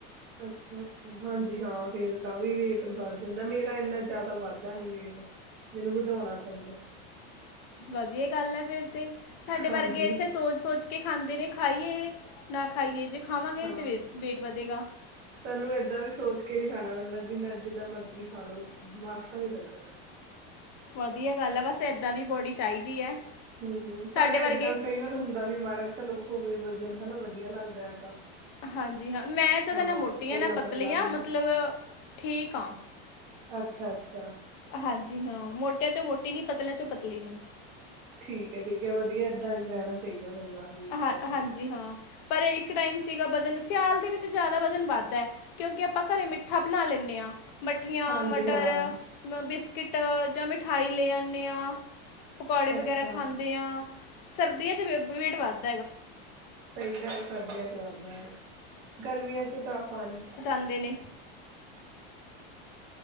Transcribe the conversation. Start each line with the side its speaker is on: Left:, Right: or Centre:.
Right: ਅੱਛਾ-ਅੱਛਾ ਹਾਂਜੀ ਹਾਂ ਫਿਰ ਤਾਂ ਵੀ ਵੇਟ ਵੱਧ ਜਾਂਦਾ ਮੇਰਾ ਐਨਾ ਜਾਦਾ ਵੱਧਦਾ ਨੀ ਵੇਟ। ਮੈਨੂੰ ਵਧਾਉਣਾ ਪੈਂਦਾ।
Left: ਵਧੀਆ ਗੱਲ ਐ ਫਿਰ ਤੇ ਸਾਡੇ
Right: ਹਾਂਜੀ
Left: ਵਰਗੇ ਏਥੇ ਸੋਚ-ਸੋਚ ਕੇ ਖਾਂਦੇ ਨੇ ਖਾਈਏ ਨਾ ਖਾਈਏ ਜੇ ਖਾਵਾਂਗੇ
Right: ਹਾਂ
Left: ਤਾਂ ਵੇ ਵੇਟ ਵਧੇਗਾ।
Right: ਸਾਨੂੰ ਏਦਾਂ ਵੀ ਸੋਚ ਕੇ ਨੀ ਖਾਣਾ ਪੈਂਦਾ ਜਿੰਨਾ-ਜਿੰਨਾ ਮਰਜੀ ਖਾ ਲਓ ਮਾਸਾ ਨੀ ਲੱਗਣਾ।
Left: ਵਧੀਆ ਗੱਲ ਐ ਬਸ ਐਦਾਂ ਦੀ ਬੌਡੀ ਚਾਹੀਦੀ ਐ
Right: ਹੂੰ ਹੂੰ
Left: ਸਾਡੇ
Right: ਪਰ ਏਦਾਂ
Left: ਵਰਗੇ
Right: ਕਈ ਵਾਰ ਹੁੰਦਾ ਵੀ ਮਾੜਾ ਚਲੋ ਹੋਵੇ ਵਜ਼ਨ ਹਨਾ ਵਧੀਆ ਲੱਗਦਾ ਐ ਤਾਂ
Left: ਹਾਂਜੀ ਹਾਂ। ਮੈਂ ਜਾਂਦਾ
Right: ਹਾਂ
Left: ਨਾ ਮੋਟੀ ਆਂ
Right: ਇੰਨਾ
Left: ਨਾ ਪਤਲੀ
Right: ਪਤਲਾ
Left: ਆਂ
Right: ਵੀ ਨੀ
Left: ਮਤਲਬ ਠੀਕ ਆਂ।
Right: ਅੱਛਾ-ਅੱਛਾ।
Left: ਹਾਂਜੀ ਹਾਂ। ਮੋਟਿਆ ਚੋਂ ਮੋਟੀ ਨੀ ਪਤਲੇ ਚੋਂ ਪਤਲੀ ਨੀ।
Right: ਠੀਕ ਐ-ਠੀਕ ਐ ਵਧੀਆ ਏਦਾਂ ਈ ਰਹਿਣਾ ਚਾਈਦਾ ਬੰਦਾ। ਵੀ
Left: ਅ
Right: ਏਦਾਂ
Left: ਹਾਂਜੀ ਹਾਂ। ਪਰ ਇਕ ਟਾਈਮ ਸੀਗਾ ਵਜਨ ਸਿਆਲ ਦੇ ਵਿੱਚ ਜਾਦਾ ਵਜਨ ਵੱਧਦਾ ਹੈ। ਕਿਉਂਕਿ ਆਪਾਂ ਘਰੇ ਮਿੱਠਾ ਬਣਾ ਲੈਣੇ ਆ। ਮੱਠੀਆਂ,
Right: ਹਾਂਜੀ
Left: ਮਟਰ।
Right: ਹਾਂ
Left: ਨਾ ਬਿਸਕਿਟ ਜਾਂ ਮਿਠਾਈ ਲੈ ਆਣੇ ਆ। ਪਕੌੜੇ ਵਗੈਰਾ
Right: ਅੱਛਾ
Left: ਖਾਂਦੇ ਆ। ਸਰਦੀਆਂ ਚ ਵ ਵੇਟ ਵੱਧ
Right: ਸਈ ਗੱਲ, ਸਰਦੀਆਂ ਚ ਵੱਧਦਾ ਯਾ। ਗਰਮੀਆਂ ਚ ਤਾ ਪਾਣੀ
Left: ਹੁੰਦੇ ਨੇ।